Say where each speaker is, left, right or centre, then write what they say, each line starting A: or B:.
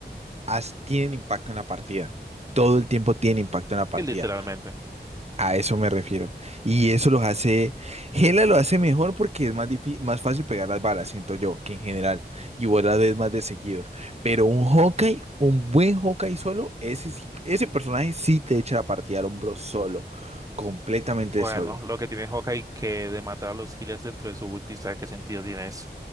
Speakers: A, on the right; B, on the right.
A: has- tienen impacto en la partida. Todo el tiempo tienen impacto en la partida.
B: Y literalmente.
A: A eso me refiero. Y eso los hace, Gela lo hace mejor porque es más difí- más fácil pegar las balas, siento yo, que en general. Y vos las ves más de seguidos. Pero un Hawkeye, un buen Hawkeye solo, ese, sí- ese personaje sí te echa la partida al hombro solo. Completamente
B: Bueno,
A: solo.
B: lo que tiene Hawkeye que de matar a los healers dentro de su ulti, ¿sabe qué sentido tiene eso?